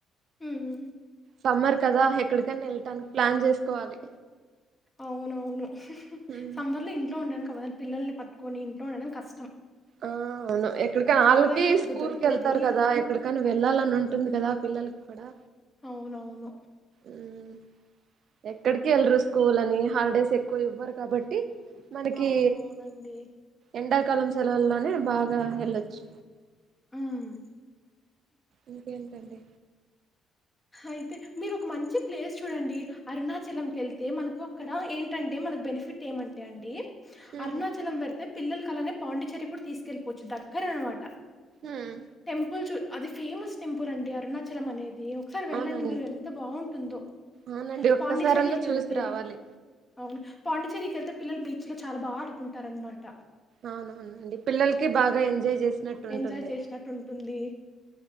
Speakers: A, on the left; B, on the right.
A: ఉమ్
B: సమ్మర్ కదా ఎక్కడికైనా వెళ్టానికి ప్లాన్ చేసుకోవాలి
A: అవునవును
B: ఉమ్,
A: సమ్మర్ లో ఇంట్లో ఉండడానికి అవ్వద పిల్లల్ని పట్టుకొని ఇంట్లో ఉండడం కష్టం
B: ఆ అవును ఎక్కడికనా వాళ్ళకి
A: ఈ టైమే కదా
B: స్కూల్కి
A: దొరికేది
B: వెళ్తారు కదా ఎక్కడికైనా వెళ్ళాలని ఉంటుంది కదా పిల్లలకి కూడా
A: అవునవును
B: ఉమ్, ఎక్కడికి వెళ్లరు స్కూల్ అని హాలిడేస్ ఎక్కువ ఇవ్వరు కాబట్టి మనకి
A: అవునవునండి
B: ఎండా కలం సెలవుల్లోనే బాగా వెళ్ళొచ్చు
A: హుమ్
B: ఇంకేంటండి
A: అయితే మీరు ఒక మంచి ప్లేస్ చూడండి అరుణాచలం కి వెళ్తే మనకు అక్కడ ఏంటంటే మన బెనిఫిట్ ఏమంటే అండి
B: ఉమ్,
A: అరుణాచలం వెడితే పిల్లల కలానే పాండిచేరి కూడా తీసుకెళ్లిపోవచ్చు దగ్గర అన్నమాట
B: ఉమ్,
A: టెంపుల్ చూ అది ఫేమస్ టెంపుల్ అండి అరుణాచలం అనేది ఒకసారి వెళ్ళండి
B: అవునండి
A: మీరు ఎంత బాగుంటుందో
B: అవునండి ఒక్కసారన్నా
A: పాండిచ్చేరికి
B: చూసి
A: వెళ్తే
B: రావాలి
A: అవును పాండిచ్చేరికి వెళ్తే పిల్లలు బీచ్ లో చాలా బాగా ఆడుకుంటారు అన్నమాట
B: అవునవునండి పిల్లలకి బాగా ఎజాయ్ చేసి ట్టు ఉంటుంది
A: ఎంజాయ్ చేసినట్టు ఉంటుంది